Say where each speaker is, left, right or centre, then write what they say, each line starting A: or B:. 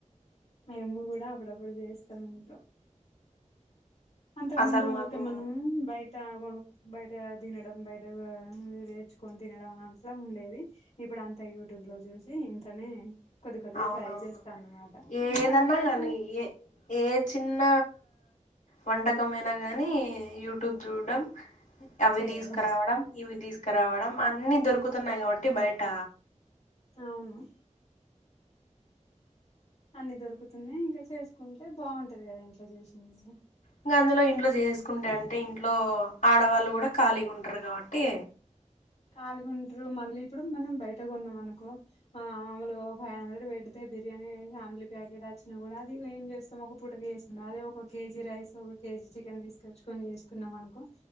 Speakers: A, on the left (about 55°); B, on the left (about 85°).
A: మేము కూడా అప్పుడప్పుడు చేస్తాం ఇంట్లో అంతకుముందు
B: అసలు మాకు
A: తెమ్మన్నా బ త కొను బయట తినడం బయట కూడా రేచుకొని తినడం అట్లా ఉండేది ఇప్పుడు అంతా యూట్యూబ్లో చూసి ఇంట్లోనే కొద్ది కొద్దిగా
B: అవునవును
A: ట్రై చేస్తా అన్నమాట
B: ఏదన్నా
A: ఏ మరి బయట
B: కానీ ఏ ఏ చిన్న వంటకమైన గాని యూట్యూబ్ చూడడం అవి
A: చేయడం
B: తీసుకరావడం ఇవి తీసుకరావడం అన్ని దొరుకుతున్నాయి కాబట్టి బయట
A: అవును అన్ని దొరుకుతున్నాయి ఇంకా చేసుకుంటే బాగుంటది కదా ఇంట్లో చేసింది
B: ఇంగా అందులో ఇంట్లో చేసుకుంటే అంటే ఇంట్లో ఆడవాళ్ళు కూడా ఖాళీగా ఉంటారు కాబట్టి
A: ఖాళీగుంటారు మళ్ళీ ఇప్పుడు మనం బయట కొన్నాం అనుకో ఆ మామూలుగా ఓ ఫైవ్ హండ్రెడ్ పెడితే బిర్యానీ ఫ్యామిలీ ప్యాకెట్ వచ్చినా కూడా అది ఏం చేస్తాం ఒక పూటకి చే అదే ఒక కేజీ రైస్ ఒక కేజీ చికెన్ తీసుకొచ్చుకొని చేసుకున్నాం అనుకో